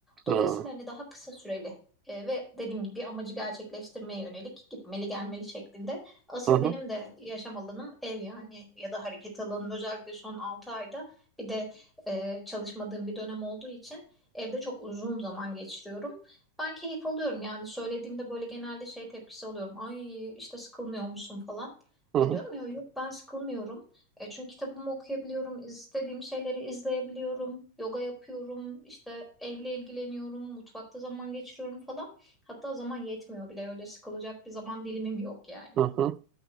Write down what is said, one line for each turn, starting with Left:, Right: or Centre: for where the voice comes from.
Right: Hmm.
Centre: Dolayısıyla hani daha kısa süreli e, ve dediğim gibi bir amacı gerçekleştirmeye yönelik gitmeli gelmeli şeklinde. Asıl
Right: Hı hı,
Centre: benim de yaşam alanım ev yani ya da hareket alanım özellikle son 6 ayda bir de e, çalışmadığım bir dönem olduğu için evde çok uzun zaman geçiriyorum. Ben keyif alıyorum yani söylediğimde böyle genelde şey tepkisi alıyorum. Ay işte sıkılmıyor musun falan.
Right: hı
Centre: E
Right: hı,
Centre: diyorum ya yok ben sıkılmıyorum. E çünkü kitabımı okuyabiliyorum, istediğim şeyleri izleyebiliyorum, yoga yapıyorum, işte evle ilgileniyorum, mutfakta zaman geçiriyorum falan. Hatta zaman yetmiyor bile öyle sıkılacak bir zaman dilimim yok yani.
Right: hı hı.